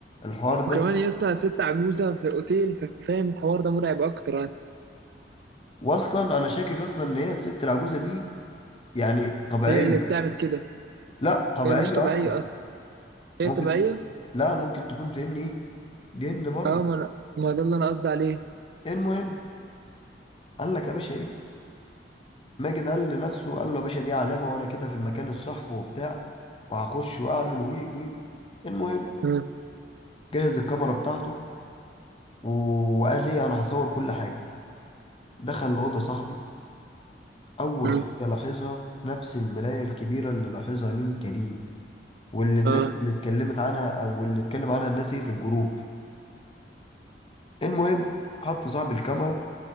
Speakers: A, on the left (about 30°); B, on the right (about 65°).
A: الحوار ده
B: وكمان يا اسطى ست عجوزه في اوتيل فاهم الحوار ده مرعب اكتر يعني
A: واصلا انا شاكك اصلا ان هي الست العجوزه دي يعني طبيعيه
B: هي اللي بتعمل كده
A: لا طبيعيه
B: هي مش طبيعيه
A: اصلا
B: اصلا هي
A: ممكن
B: طبيعيه
A: تكون لا ممكن تكون فاهمني ايه جن برضه
B: اه ما انا ما ده اللي انا قصدي عليه
A: المهم قال لك يا باشا ايه ماجد قال لنفسه قال له يا باشا دي علامه وانا كده في المكان الصح وبتاع وهخش واعمل وي وي المهم
B: اه
A: جهز الكاميرا بتاعته و- وقال ايه انا هصور كل حاجه دخل الاوضه صاحبي اول
B: اه
A: حاجه لاحظها نفس المرايه الكبيره اللي لاحظها مين كريم واللي الناس
B: اه
A: اللي اتكلمت عنها او اللي اتكلم عنها الناس ايه في الجروب المهم حط صاحب الكاميرا